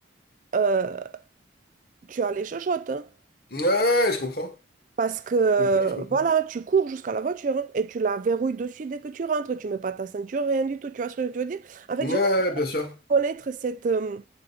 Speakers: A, on the right; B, on the left.
A: euh, tu as les chochottes. hein.
B: Ouais, ouais, je comprends.
A: Parce que euh,
B: Je comprends, je comprends.
A: voilà, tu cours jusqu'à la voiture et tu la verrouilles dessus dès que tu rentres. Tu mets pas ta ceinture, rien du tout. Tu vois ce que je veux dire? En fait,
B: Ouais,
A: j'aimerais
B: ouais, bien sûr.
A: connaître cette, euh,